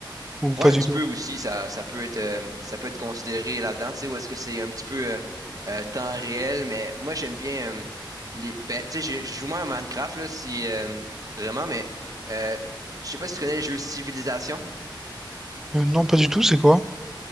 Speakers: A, in the centre; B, on the right.
A: Ou pas
B: Ouais, un
A: du
B: petit
A: tout?
B: peu aussi, ça, ça peut être, euh, ça peut être considéré là-dedans, tu sais, où est-ce que c'est un petit peu euh, euh, temps réel, mais moi j'aime bien, euh, les- ben, tu sais, je je joue moins à Minecraft, là, si, euh, vraiment, mais euh, je sais pas si tu connais le jeu Civilisation.
A: Euh, non, pas du tout, c'est quoi?